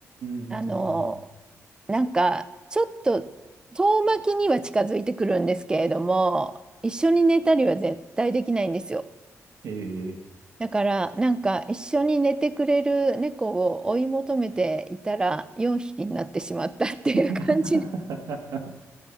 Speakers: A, on the right; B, on the right.
A: うーん。
B: あの、なんかちょっと遠巻きには近づいてくるんですけれども、一緒に寝たりは絶対できないんですよ。
A: ええ
B: だからなんか一緒に寝てくれる猫を追い求めていたら4匹になってしまったっていう感じ
A: <laughs>。